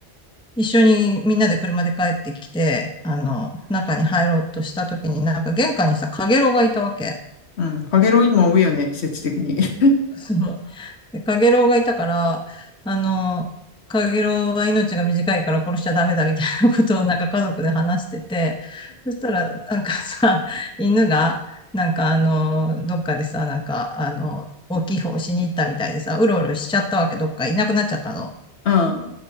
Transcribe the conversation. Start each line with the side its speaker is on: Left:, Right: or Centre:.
Centre: 一緒にみんなで車で帰ってきて、あの、中に入ろうとした時になんか玄関にさ、かげろうがいたわけ。
Left: うん。かげろう今多いよね、季節的に。<laughs>
Centre: その、でカゲロウがいたから、あの、カゲロウは命が短いから殺しちゃダメだみたいなことをなんか家族で話してて、そしたらなんかさ、犬が、なんかあの、どっかでさ、なんかあの、大きい方をしに行ったみたいでさ、うろうろしちゃったわけ、どっかいなくなっちゃったの。
Left: うん、